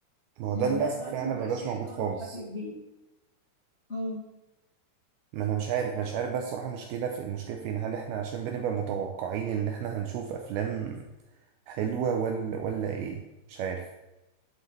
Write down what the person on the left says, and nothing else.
مم،
ده دلوقتي
ما بقاش
يحصل
بشكل كبير امم